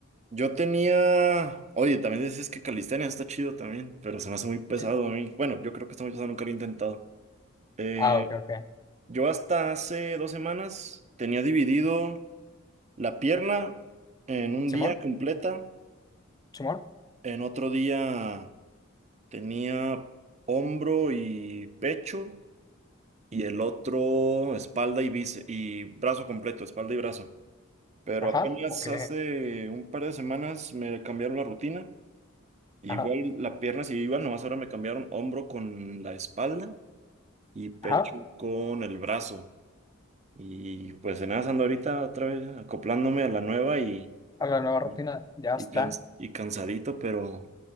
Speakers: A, on the right; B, on the left.
A: Yo tenía, oye, también decís que calistenia está chido también, pero se me hace muy pesado
B: Sí.
A: a mí. Bueno, yo creo que está muy pesado, nunca lo he intentado. Eh,
B: Ah, ok, ok.
A: yo hasta hace dos semanas tenía dividido. La pierna en un
B: Simón,
A: día completa,
B: Simón,
A: en otro día tenía hombro y pecho y el otro espalda y bíceps y brazo completo, espalda y brazo. Pero
B: ajá,
A: apenas
B: ok,
A: hace un par de semanas me cambiaron la rutina. Igual
B: ajá,
A: la pierna sí iba, nomás ahora me cambiaron hombro con la espalda y pecho
B: ajá,
A: con el brazo. Y pues en nada ando ahorita otra vez acoplándome a la nueva y
B: a la nueva rutina,
A: Y,
B: ya
A: y,
B: está.
A: cans- y cansadito, pero,